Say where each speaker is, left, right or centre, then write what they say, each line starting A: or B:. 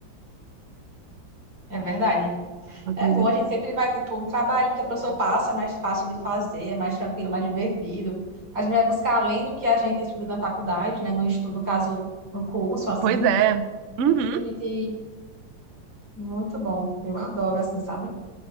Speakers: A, on the right (about 45°); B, on the right (about 70°).
A: É verdade.
B: Uma
A: É
B: coisa.
A: bom, a gente sempre vai, tipo, um trabalho que a pessoa passa, é mais fácil de fazer, é mais tranquilo, mais divertido. A gente vai buscar além do que a gente estuda na faculdade, né? No estudo, no caso, no curso, assim.
B: Pois é. Uhum.
A: É porque a gente... Muito bom. Eu adoro, assim, sabe?